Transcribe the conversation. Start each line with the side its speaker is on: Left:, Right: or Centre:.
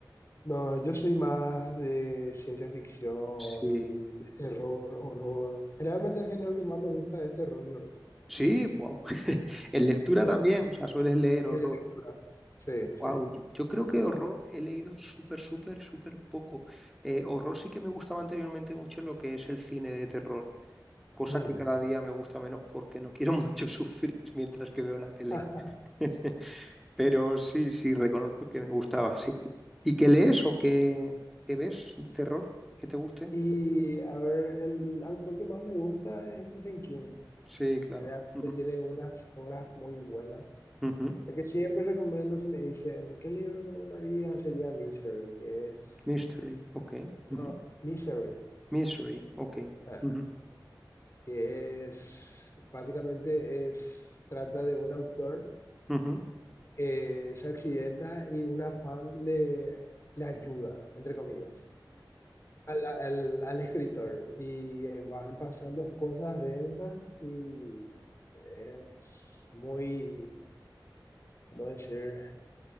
Left: no, yo soy más de ciencia ficción,
Centre: Sí.
Left: de terror, horror. Generalmente el género que más me gusta es terror y horror.
Centre: Sí, wow. <laughs> En lectura
Left: Sí,
Centre: también, o sea, sueles leer horror.
Left: sí, lectura. Sí, sí.
Centre: Wow, yo, yo creo que horror he leído súper, súper, súper poco. Eh, horror sí que me gustaba anteriormente mucho lo que es el cine de terror, cosa
Left: Mm.
Centre: que cada día me gusta menos porque no quiero <laughs> mucho sufrir mientras que veo la tele.
Left: <laughs>
Centre: <laughs> Pero sí, sí, reconozco que me gustaba, sí. ¿Y qué lees o qué, qué ves de terror que te guste?
Left: Y a ver, el autor que más me gusta es Stephen King.
Centre: Sí, claro.
Left: Realmente
Centre: Ujú,
Left: tiene unas obras muy buenas.
Centre: ujú.
Left: El que siempre recomiendo, si me dicen, ¿qué libro recomendaría? Sería Misery, que es...
Centre: Mystery, ok. ujú.
Left: No, Misery,
Centre: Mystery, ok.
Left: ah,
Centre: ujú,
Left: que es... Básicamente es, trata de un autor
Centre: ujú,
Left: que se accidenta y una fan le, le ayuda, entre comillas. al, al- al escritor y eh, van pasando cosas densas y es muy, ¿cómo decir?